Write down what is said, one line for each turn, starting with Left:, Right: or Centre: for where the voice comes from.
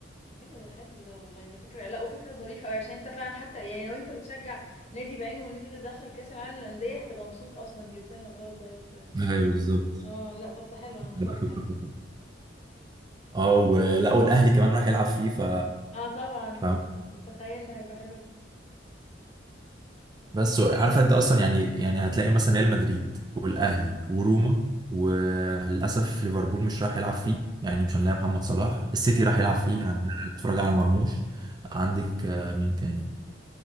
Left: ايه ده ده حلو ده والله ده فكره لا وفكره ظريفه قوي عشان انت فعلا حتى يعني لو انت بتشجع نادي بعينه والنادي ده دخل كاس العالم للانديه هتبقى مبسوط اصلا جدا وهتقعد بقى ت-
Right: ايوه بالظبط
Left: اه لا طب ده حلو انا هتفرج
Right: لا، فكرة
Left: عليه
Right: خطيرة
Left: برضه
Right: اه ولا والاهلي كمان راح يلعب فيه ف
Left: اه طبعا
Right: فاهم
Left: تخيل ده هيبقى حلو أوي.
Right: بس عارفه انت اصلا يعني يعني هتلاقي مثلا ريال مدريد والاهلي
Left: اه
Right: وروما وللاسف ليفربول مش راح يلعب فيه يعني مش هنلاقي محمد صلاح السيتي
Left: آه،
Right: راح يلعب فيه يعني اتفرج على مرموش عندك آه، مين تاني